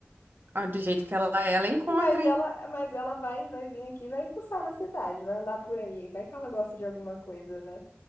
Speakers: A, on the right; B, on the left.
A: Ah, do jeito que ela é, ela encontra,
B: Mas ela,
A: hein?
B: mas ela vai, vai vir aqui, vai fuçar na cidade, vai andar por aí, vai que ela gosta de alguma coisa, né?